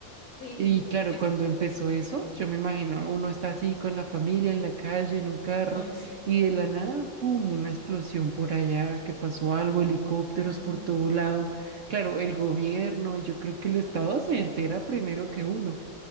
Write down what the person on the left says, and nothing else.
sí,
eso.
Ay, sí.
Ajá.